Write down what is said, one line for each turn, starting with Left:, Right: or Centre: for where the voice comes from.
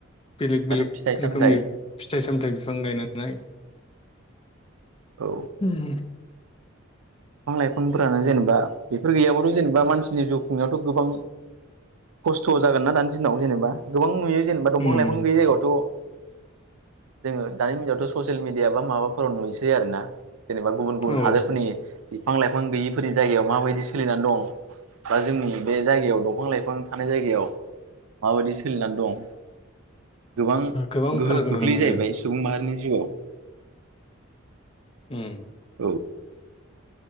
Left: बेलेग बेलेग
Right: दाथ' फिथाइ सामथाइ
Left: रोखोमनि फिथाइ सामथायाइ बिफां गायनाय।
Right: औ
Left: उम।
Right: बिफां लाइफांफोरानो जेनेबा बेफोर गैयाब्लााथ' जेनेबा मानसिनि जिउ खुंनायावथ' गोबां। खस्थ' जागोन ना दानि दिनाव जेनेबा गोबां नुयो जेनेबा दंफां
Left: उम
Right: लाइफां गैयै जायगायावथ'। जोङो दानि मिनावथ' ससियेल मिडिया बा माबाफोराव नुयोसै आरोना। जेनेबा गुबुन गुबुन
Left: औ
Right: हादरफोरनि बिफां लाइफां गैयिफोरनि जायगायाव माबायदि सोलिनानै दं। बा जोंनि बे जायगायाव दंफां लाइफां। गोबां थानाय जायगायाव माबायदि सोलिनानै दं। गोबां
Left: गोबां
Right: गोहोम
Left: फाराग
Right: खोख्लैयो
Left: नुनो मोनो
Right: जाहैबाय सुबुं माहारिनि जिउआव।
Left: उम।
Right: औ